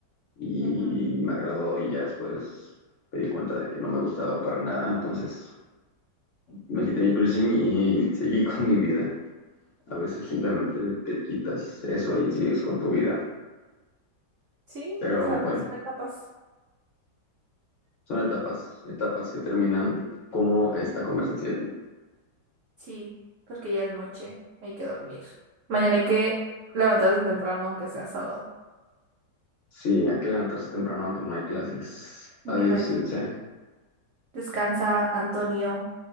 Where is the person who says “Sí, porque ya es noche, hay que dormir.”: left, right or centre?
Right